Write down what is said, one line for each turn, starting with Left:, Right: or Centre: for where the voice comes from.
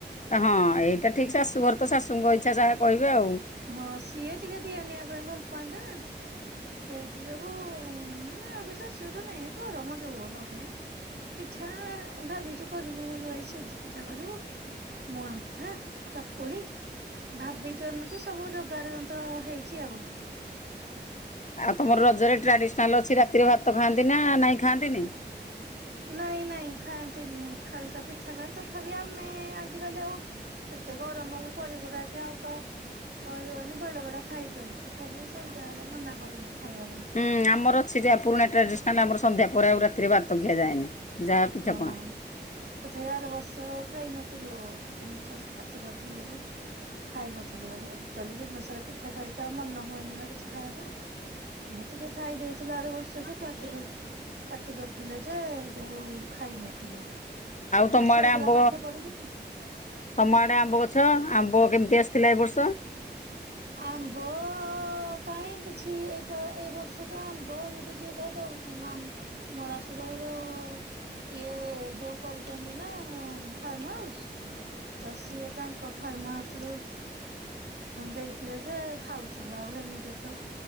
Left: ହଁ ଏଇଟା ଠିକ୍ ଶାଶୁଘର ତ ଶାଶୁଙ୍କ ଇଚ୍ଛା ଯାହା କହିବେ ଆଉ
Right: ହଁ ସିଏ ଟିକେ ଦିଆନିଆ ପାଇଁ ଭଲ ପାଆନ୍ତି ନା ସେ ସେ ଯବୁ ମାନେ ଆଉ କିଛି ଅସୁବିଧା ନାହିଁ ଏ ଗରମ ଯୋଗୁ ଉ ନହେଲେ ପିଠା ଭାବିଛୁ କରିବୁ ଏଇ ସୁଜି ପିଠା କରିବୁ। ମୁଁ ଆମଠା ଚକୁଳି ଭାବିଛୁ ଏମିତି ସବୁ ଯୋଗାଡ଼ ଯନ୍ତ୍ର ହେଇଛି ଆଉ।
Left: ଆଉ ତମର ରଜରେ ଟ୍ରାଡିସନାଲ୍ ଅଛି ରାତିରେ ଭାତ ଖାଆନ୍ତି ନା ନାଇଁ ଖାଆନ୍ତିନି?
Right: ନାଇଁ ନାଇଁ ଖାଆନ୍ତିନି ଖାଲି ତ ପିଠା ଖାଆନ୍ତି ତଥାପି ଆମେ ଆଜିକାଲି ଆଉ ଏତେ ଗରମକୁ କରି କୁରାକି ଆଉ ତ ହଁ ହ ମାନେ ବେଳେ ବେଳେ ଖାଇଦଉ ତଥାପି ସନ୍ଧ୍ୟା ବଳେ ମନା କରନ୍ତି ଖାଇବା ପାଇଁ।
Left: ହୁଁ ଆମର ଅଛିଯା ପୁରୁଣା ଟ୍ରାଡିସନାଲ୍ ଆମର ସନ୍ଧ୍ୟା ପରେ ଆଉ ରାତିରେ ଭାତ ଖିଆଯାଏନି। ଯାହା ପିଠାପଣା।
Right: ହଁ। ତଥାପି ଆର ବର୍ଷ ଖାଇନଥିଲୁ ଶାଶୁ ପାଟି କରିଥିଲେ ଯେ। ଖାଇ ନଥିଲୁ ଆକ୍ଚୁଆଲି ଦିନ ସାରା ପିଠା ଖାଇକି ଆଉ ମନ ହୁଏନି ନା କିଛି ଖାଇବା ପାଇଁ। ହଁ ଟିକେ ଖାଇ ଦେଇେଛି ଆର ବର୍ଷ ସେ ପାର୍ଟି ପାର୍ଟି କରିଥିଲେ ଯେ ଯୋଉ ଖାଇନଥିଲୁ। ଆଉ
Left: ତମ
Right: ଛୁଆ
Left: ଆଡେ
Right: <unintelligible>
Left: ଆମ୍ବ
Right: ପାଠ ପଢିବେନି?
Left: ତମ ଆଡ଼େ ଆମ୍ବ ଗଛ ଆମ୍ବ କେମିତି ଆସିଥିଲା ଏ ବର୍ଷ?
Right: ହ ଆମ୍ବ କାହିଁ କିିଛି ଏଇ ଏଇ ବର୍ଷ ତ ଆମ୍ବ ଏମିତି ଯିଏ ଯାହା ଦଉଛି ମା ମଳାସୁର ଘର ଇଏ ଯୋଉ କରିଛନ୍ତି ନା ଫାର୍ମ ହାଉସ। ତ ସିଏ ତାଙ୍କ ଫାର୍ମାହାଉସରୁ ଦେଇଥିଲେ ଯେ ଖାଉଛୁ ଆଉ ହେମିତି ତ